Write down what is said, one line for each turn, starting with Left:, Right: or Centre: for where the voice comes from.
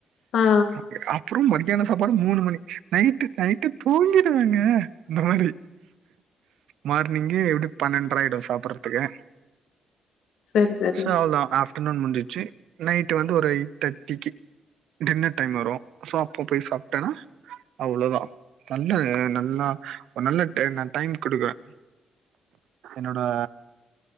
Left: ஆ
Right: அப் அப்புறோ மத்தியான சாப்பாடு மூணு மணி நைட்டு நைட்டு தூங்கிடுவேங்க அந்த மாரி மார்னிங்கு எப்டி பன்னெண்ற ஆயிடு சாப்பறதுக்கு
Left: சரி சரி
Right: ஸோ அவளதா ஆஃப்டர்நூன் முடிஞ்சிச்சு நைட்டு வந்து ஒரு எயிட் தட்டிக்கி டின்னர் டைம் வரு சோ அப்போ போய் சாப்டனா அவ்ளோதா நல்லா நல்லா ஒரு நல்ல டைம் நா டைம் குடுக்கறே என்னோட